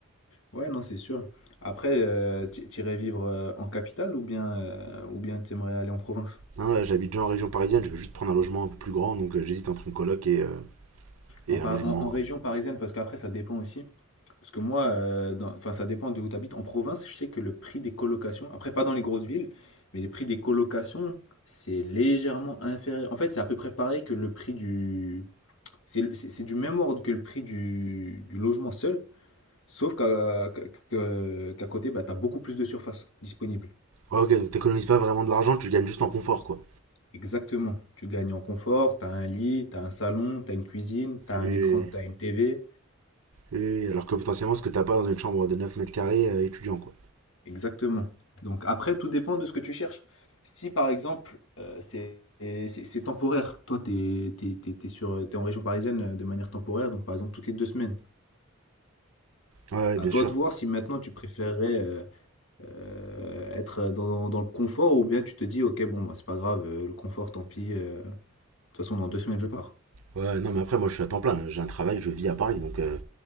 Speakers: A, on the left; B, on the right.
A: ouais, non, c'est sûr. Après, heu, tu i vivre, heu, en capitale ou bien, heu, ou bien tu aimerais aller en province?
B: Hein, J'habite déjà en région parisienne, je veux juste prendre un logement un peu plus grand, donc euh, j'hésite entre une coloc et, euh, et
A: En pa
B: un logement.
A: en en région parisienne parce qu'après ça dépend aussi. Parce que moi, euh, dans- enfin, ça dépend de où tu habites. En province, je sais que le prix des colocations, après pas dans les grosses villes, mais les prix des colocations, c'est légèrement inférieur. En fait, c'est à peu près pareil que le prix du... C'est le- c'est- c'est du même ordre que le prix du, du logement seul, sauf qu'à qu'à- qu'à- qu'à côté, bah, tu as beaucoup plus de surface disponible.
B: euh. Ouais, ok, donc t'économises pas vraiment de l'argent, tu gagnes juste en confort quoi.
A: Exactement. Tu gagnes en confort, tu as un lit, tu as un salon, tu as une cuisine, tu as un
B: Et,
A: écran, tu as une TV.
B: et alors que potentiellement ce que t'as pas dans une chambre de 9 mètres carrés euh, étudiant quoi.
A: Exactement. Donc après, tout dépend de ce que tu cherches. Si par exemple, euh, c'est c'est- c'est temporaire, toi, t'es, t'es, t'es, t'es sur, t'es en région parisienne euh, de manière temporaire, donc par exemple toutes les deux semaines.
B: Ouais, ouais,
A: À
B: bien
A: toi
B: sûr.
A: de voir si maintenant tu préférerais euh, euh, être dans, dans le confort ou bien tu te dis, ok, bon, bah, c'est pas grave, euh, le confort, tant pis. euh, de toute façon, dans deux semaines, je pars.
B: Ouais, non mais après moi je suis à temps plein, j'ai un travail, je vis à Paris, donc euh,